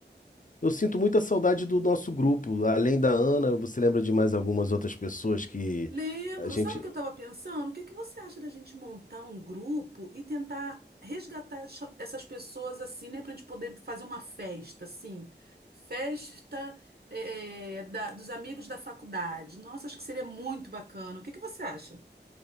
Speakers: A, on the left; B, on the right.
A: Eu sinto muita saudade do nosso grupo. Além da Ana, você lembra de mais algumas outras pessoas que
B: Lembro,
A: a gente.
B: sabe o que eu estava pensando? O que que você acha da gente montar um grupo e tentar resgatar essa- essas pessoas assim, né, para a gente poder fazer uma festa, assim, festa eh, eh, da- dos amigos da faculdade. Nossa, acho que seria muito bacana. O que que você acha?